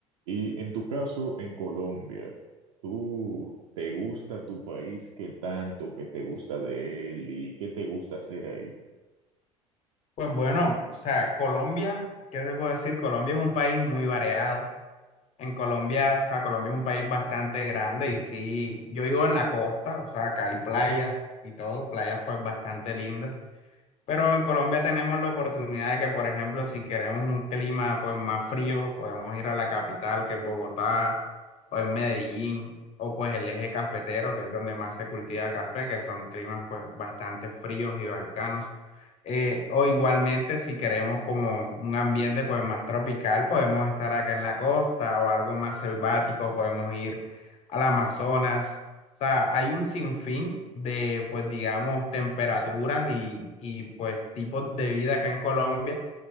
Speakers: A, on the right; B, on the left.
A: Y en tu caso, en Colombia. ¿Tú te gusta tu país? ¿Qué tanto que te gusta de él y qué te gusta hacer ahí?
B: Pues bueno, o sea, Colombia, ¿qué te puedo decir? Colombia es un país muy variado En Colombia, o sea, Colombia es un país bastante grande y sí, yo vivo en la costa, o sea, acá hay playas y todo, playas pues bastante lindas, pero en Colombia tenemos la oportunidad de que, por ejemplo, si queremos un clima pues más frío, podemos ir a la capital, que es Bogotá, o en Medellín, o pues el eje cafetero, que es donde más se cultiva café, que son climas pues bastante fríos y bacanos. Eh, o igualmente, si queremos como un ambiente pues más tropical, podemos estar acá en la costa o algo más selvático, podemos ir al Amazonas. O sea, hay un sinfín de, pues digamos, temperaturas y, y pues tipos de vida acá en Colombia